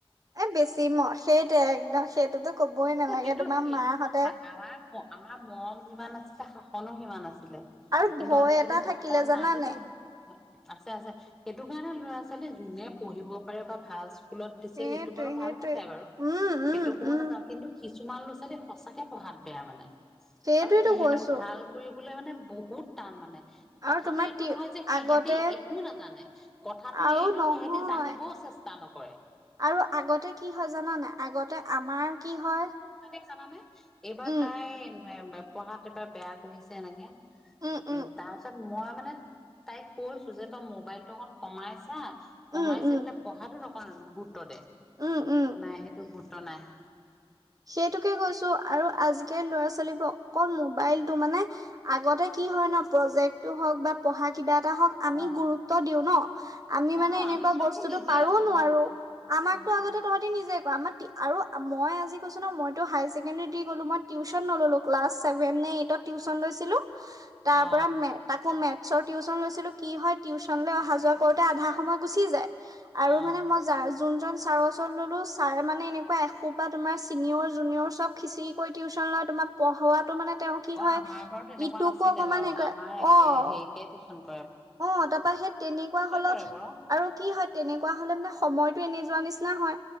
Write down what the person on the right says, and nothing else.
এ বেছি ম সেইটোৱে একদম সেইটোতো কবই নালাগে
তোমাৰ
মাহঁতে
আৰু
ভয়
এটা থাকিলে
জানানে
সেইটোৱে
সেইটোৱে
উম
উম
উম
সেইটোৱেতো
কৈছো
আৰু
তোমাৰ
তি
আগতে
আৰু
নহয়
আৰু আগতে কি হয় জানানে আগতে আমাৰ কি হয়
উম
উম উম
উম
উম
উম উম
সেইটোকে কৈছো আৰু আজিকালি ল'ৰা ছোৱালীবোৰ অকল মোবাইল টো মানে আগতে কি হয় ন প্ৰজেক্টটো হওক বা পঢ়া কিবা হক আমি
গুৰুত্ব দিও ন আমি
মানে এনেকুৱা
বস্তুতো
পাৰোও
নোৱাৰো
আমাকতো
আগতে তহঁতি নিজে আমাৰ আৰু মই আজি কৈইছো ন মই হায়ছেকেনডেৰি গলো মইটিউচন নলো ক্লছ ছেভে নে এইটত টউচন লৈছিলো তাৰ
পৰা তো মেচত টিউশচন লৈছিলোঁ কি হয় টিউচনলৈ অহা যোৱা কৰোঁতে আধা সময় গুচি যায় আৰু
মানে মই যাওঁ যোনজন ছাৰৰ ওচৰত ললো ছাৰ মানে এনেকুৱা এসোপাত তোমাৰ চিনিয়ৰ জুনিয়ৰ চব খিচৰি কৰি টিউশচন লয় তোমাক পঢ়োৱটো মানে তেওঁ কি
হয়
ইটোকো
অকমান
হেৰি কৰে
অ
অ তাৰপা সেই তেনেকুৱা হলত
আৰু কি হয় তেনেকুৱা হলে মানে সময়তটো এনে যোৱা নিচিনা হয়